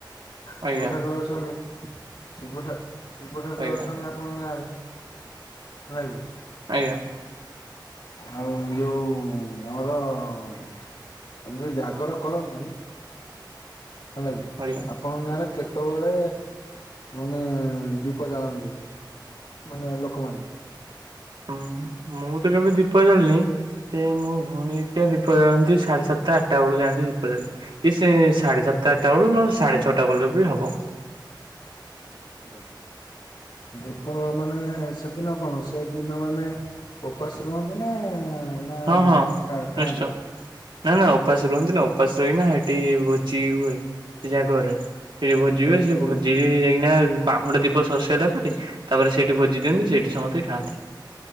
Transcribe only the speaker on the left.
ଶିବ
ଠାକୁର ଅଛନ୍ତି ଶିବା ଶିବ ଠାକୁର
ଅଛନ୍ତି ଆ ଆପଣଙ୍କ ଗାଁ ରେ ହେଲାକି।
ଆଉ ଯୋଉ ଆମର ଯ ଜାଗର କରନ୍ତି। ହେଲାକି।
ଆପଣଙ୍କ ଗାଁରେ କେତେବେଳେ ମାନେ ଦୀପ ଜାଳନ୍ତି? ମାନେ ଲୋକମାନେ।
ଆଜ୍ଞା ଦୀପ ମାନେ ସେଦିନ କଣ ସେଦିନ ମାନେ ଉପାସ ରୁହନ୍ତି ନା ନା
ଖାଆନ୍ତି?
ଉପାସ
ରୁହନ୍ତି
ତାପରେ
ଯଦି